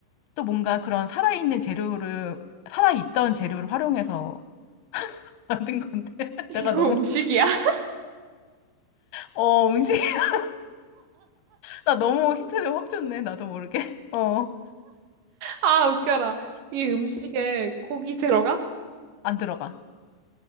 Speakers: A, on the left; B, on the right.
A: 또 뭔가 그런 살아있는 재료를, 살아있던 재료를 활용해서 <laughs> 만든 건데. <laughs>
B: 이거
A: 내가 너무,
B: 음식이야? <laughs>
A: 어, 음식, <laughs> 나 너무 힌트를 확 줬네. 나도 모르게. <laughs> 어,
B: 아, 웃겨라. 이 음식에 고기 들어가?
A: 안 들어가.